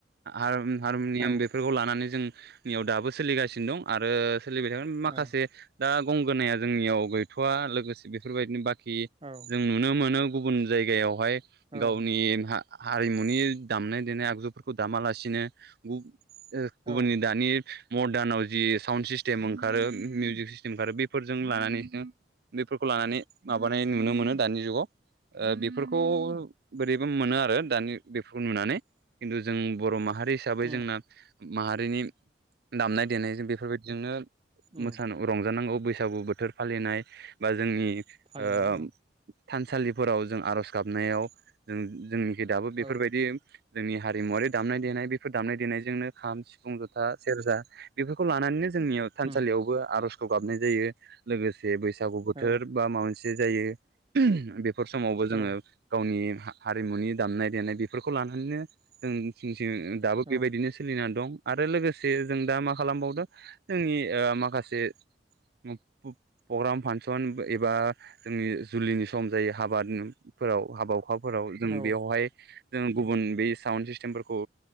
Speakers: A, on the right; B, on the right.
A: आरोम हारमुनियाम
B: औ
A: बेफोरखौ लानानै जों नियाव दाबो सोलिगासिनो दं आरो सोलिबाय थागोन माखासे
B: औ
A: दा गंगोनाया जोंनियाव गैथ'वा लोगोसे बेफोरबायदिनो बा कि
B: औ
A: जों नुनो मोनो गुबुन जायगायावहाय
B: औ
A: गावनि हा हारिमुनि दामनाय देनाय आगजुफोरखौ दामालासिनो गुब ओ गुबुननि
B: औ
A: दानि मर्दानाव जि साउन सि टेम ओंखारो मिउजि सिम ओंखारो बेफोरजों लानानै बेफोरखौ लानानै माबानाय नुनो मोनो दानि जुगाव ओ बेफोरखौ बोरैबा मोनो आरो दानि बेफोरखौ नुनानै खिन्थु जों बर' माहारि रि हिसाबै
B: उम
A: जोंना माहारिनि दामनाय देनायजों बेफोरबायदिजोंनो
B: उम
A: मोसान' रंजानांगौ बैसागु बोथोर फालिनाय बा जोंनि
B: फालिनाय
A: ओ
B: औ
A: थानसालिफोराव जों आर'ज गाबनायाव जों जोंनि दाबो बेफोरबायदि
B: औ
A: जोंनि हारिमुवारि दामनाय देनाय बेफोर दामनाय देनायजोंनो खाम सि फुं ज'था सेरजा बेफोर लानानै जोंनियाव थानसालियावबो
B: उम
A: आरज खौ गाबनाय जायो लोगोस जे बैसागु बोथोर
B: औ
A: बा मा मोनसे। जे जायो बेब फोर समावबो जोङो
B: औ
A: गावनि। हा हारिमुनि दामनाय देनाय बेफोरखौ लानानैनो जों थिं थिं दाबो बेबायदिनो
B: औ
A: सोलिना दं। आरो लोगोसे जों दा मा खालामबावदों जोंनि ओ माखासे। प प्रग्राम फांसन एबा जोंनि जुलिनि सम जायो हाबाफोराव हाबाव। हखाफोराव जों
B: औ
A: बेयावहाय जों गुबुन बे सावन सिस सिमफोरखौ